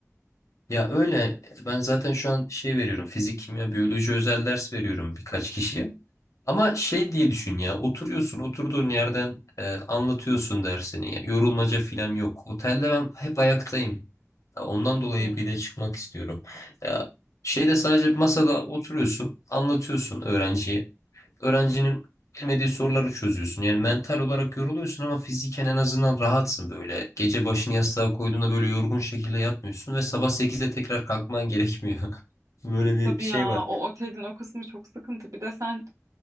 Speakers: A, on the left (about 70°); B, on the right (about 80°).
A: Ya öyle ben zaten şu an şey veriyorum. Fizik, kimya, biyoloji özel ders veriyorum birkaç kişiye. Ama şey diye düşün ya oturuyorsun oturduğun yerden e, anlatıyorsun dersini ya yorulmaca falan yok. Otelde ben hep ayaktayım. Ya Ondan dolayı
B: Hmm.
A: bir de çıkmak istiyorum. Ya şeyde sadece masada oturuyorsun anlatıyorsun öğrenciye. Öğrencinin bilmediği soruları çözüyorsun. Yani mental olarak yoruluyorsun ama fiziken en azından rahatsın böyle. Gece başını yastığa koyduğunda böyle yorgun şekilde yatmıyorsun ve sabah 8'de tekrar kalkman gerekmiyor. <laughs> Böyle bir
B: Tabii
A: şey
B: ya
A: var.
B: o otelin o kısmı çok sıkıntı. Bir de sen